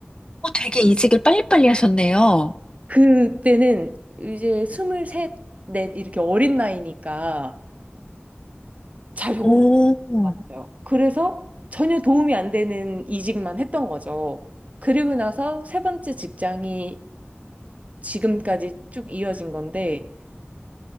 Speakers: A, on the left; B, on the right.
A: 어, 되게 이직을 빨리빨리 하셨네요.
B: 그때는 이제 스물셋, 넷 이렇게 어린 나이니까 잘 적응을
A: 오.
B: 못했어요. 그래서 전혀 도움이 안 되는 이직만 했던 거죠. 그리고 나서 세 번째 직장이 지금까지 쭉 이어진 건데